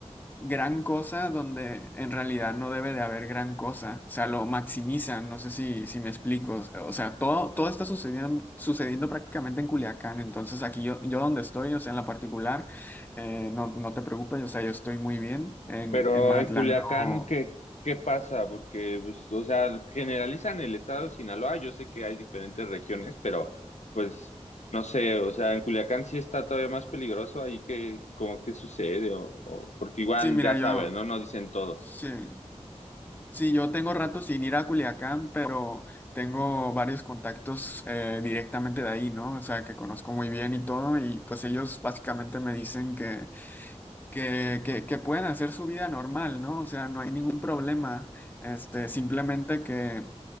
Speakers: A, on the left (about 15°); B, on the left (about 80°).
A: gran cosa donde en realidad no debe de haber gran cosa. O sea, lo maximizan, no sé si, si me explico. O sea, todo, todo está sucediendo, sucediendo prácticamente en Culiacán. Entonces, aquí yo, yo donde estoy, o sea, en la particular, eh, no, no te preocupes, o sea, yo estoy muy bien. En,
B: Pero
A: en Mazatlán
B: en Culiacán,
A: no.
B: ¿qué, qué pasa? Porque, pues, o sea, generalizan el estado de Sinaloa. Yo sé que hay diferentes regiones, pero, pues, no sé, o sea, en Culiacán sí está todavía más peligroso ahí que, como que sucede, o, o- porque igual,
A: Sí, mira,
B: ya sabes,
A: yo,
B: ¿no? No dicen todo.
A: sí. Sí, yo tengo rato sin ir a Culiacán, pero tengo varios contactos eh, directamente de ahí, ¿no? O sea, que conozco muy bien y todo, y pues ellos básicamente me dicen que, que, que, que pueden hacer su vida normal, ¿no? O sea, no hay ningún problema. Este, simplemente que,